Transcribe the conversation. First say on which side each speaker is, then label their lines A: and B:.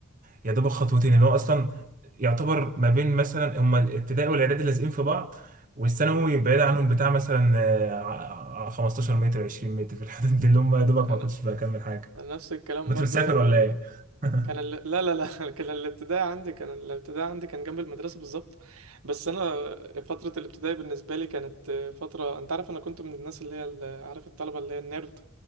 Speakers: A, on the right; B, on the right.
A: يا دوب خطوتين اللي هو اصلا يعتبر ما بين مثلا هما الابتدائي والاعدادي لازقين في بعض والثانوي
B: آه.
A: بعيد عنهم بتاع مثلا آه، ع- ع- 15 متر 20 متر في الحدود دي اللي هم يا دوبك
B: انا
A: ما كنتش بكمل حاجة
B: أنا نفس الكلام
A: كنت
B: برضو
A: مسافر
B: كان
A: ولا
B: ال...
A: ايه؟ <laughs>
B: كان ال... لا لا لا <laughs> كان الابتدائي عندي كان الابتدائي عندي كان جنب المدرسة بالظبط بس انا فترة الابتدائي بالنسبة لي كانت آه، فترة انت عارف انا كنت من الناس اللي هي ال- عارف الطلبة اللي هي النيرد